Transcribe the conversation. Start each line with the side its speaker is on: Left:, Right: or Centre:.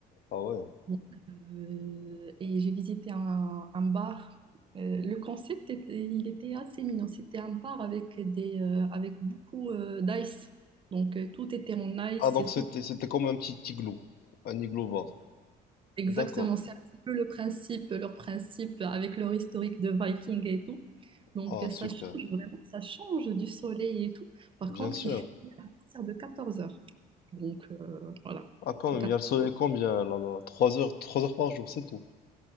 Left: ah ouais.
Right: Donc, euh, et j'ai visité un, un bar. Euh, le concept était, il était assez mignon. C'était un bar avec des, euh, avec beaucoup euh, d'ice. Donc, euh, tout était en ice,
Left: Ah donc c'était
Right: tout.
Left: c'était comme un petit igloo, un igloo bar.
Right: Exactement,
Left: D'accord.
Right: c'est un petit peu le principe, leur principe avec leur historique de Viking et tout. Donc
Left: Ah
Right: euh,
Left: super,
Right: ça change vraiment, ça change du soleil et tout. Par
Left: bien
Right: contre,
Left: sûr.
Right: il fait partir de 14 heures. Donc euh, voilà.
Left: Ah quand
Right: À
Left: même,
Right: 14
Left: il y a le soleil combien là-bas? Trois heures, trois heures par jour, c'est tout.